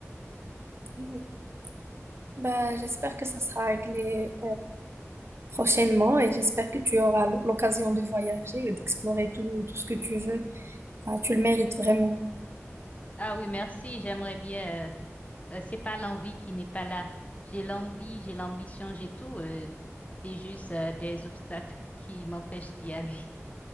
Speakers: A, on the right; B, on the left.
A: oui. Bah, j'espère que ça sera réglé prochainement et j'espère que tu auras l'occasion de voyager et d'explorer tout, tout ce que tu veux. Ah, tu le mérites vraiment.
B: Ah oui, merci, j'aimerais bien, euh, euh, c'est pas l'envie qui n'est pas là. J'ai l'envie, j'ai l'ambition, j'ai tout, euh, c'est juste euh, des obstacles qui m'empêchent d'y aller. <laughs>